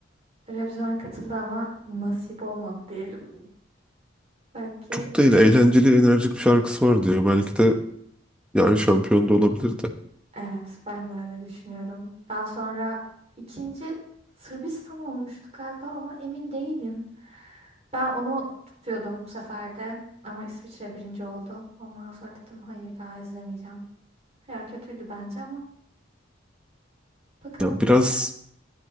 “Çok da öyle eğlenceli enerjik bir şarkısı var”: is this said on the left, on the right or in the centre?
Centre